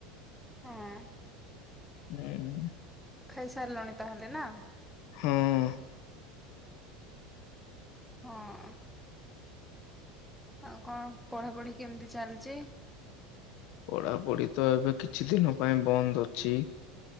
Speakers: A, in the centre; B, on the left.
A: ହଁ।
B: ଉଁ।
A: ଖାଇସାରିଲଣି ତାହେଲେ ନା?
B: ହଁ
A: ହଁ। ଆଉ କଣ ପଢାପଢି କେମିତି ଚାଲିଛି?
B: ପଢ଼ାପଢି ତ ଏବେ କିଛି ଦିନ ପାଇଁ ବନ୍ଦ ଅଛି।